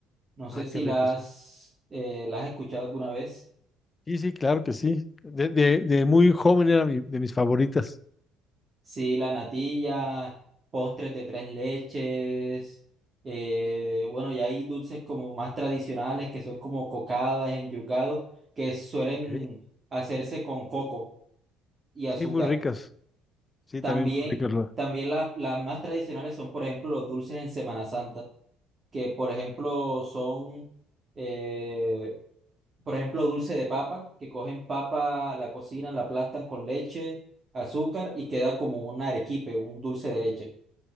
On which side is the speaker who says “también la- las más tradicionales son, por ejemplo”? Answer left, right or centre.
Right